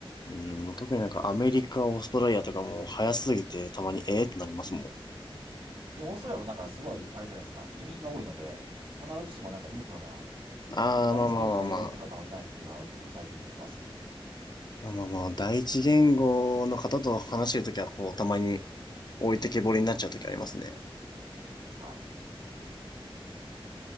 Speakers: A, on the left; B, on the right.
A: うん、もう特になんかアメリカ、オーストラリアとかも早すぎて、たまにええってなりますもん。
B: い。うんで、オーストラリアもなんかすごい、あれじゃないですか、移民が多いので、必ずしもなんか流暢な
A: ああ、
B: 第一言語が英語っていう方もいないっていうのは結構最近聞きますね。
A: まあまあまあまあ。まあまあまあ、第一言語の方と話してるときは、こう、たまに置いてけぼりになっちゃうときありますね。
B: うん。はい。